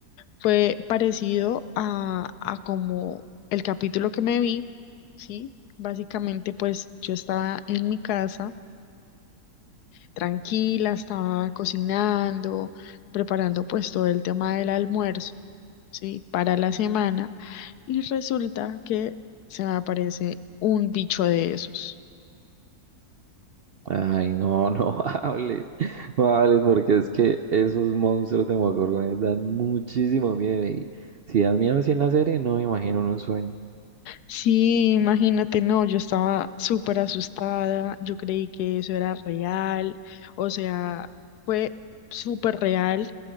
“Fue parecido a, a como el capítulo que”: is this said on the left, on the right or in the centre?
Left